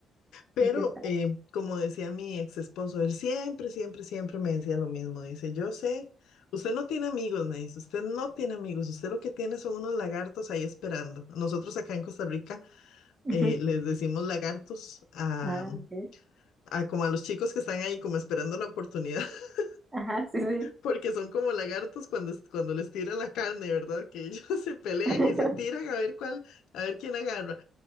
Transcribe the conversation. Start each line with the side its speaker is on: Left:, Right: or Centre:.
Left: Pero,
Right: ¿Y qué tal?
Left: eh, como decía mi ex esposo, él siempre, siempre, siempre me decía lo mismo. Dice, yo sé, usted no tiene amigos, me dice, usted no tiene amigos, usted lo que tiene son unos lagartos ahí esperando. Nosotros acá en Costa Rica
Right: Ujú.
Left: eh, les decimos lagartos a,
Right: Ah, ok.
Left: a como a los chicos que están ahí como esperando la oportunidad, <laughs>
Right: Ajá, sí, sí.
Left: porque son como lagartos cuando, es- cuando les tiran la carne, ¿verdad? Que ellos <laughs> se pelean
Right: <laughs>
Left: y se tiran a ver cuál, a ver quién agarra.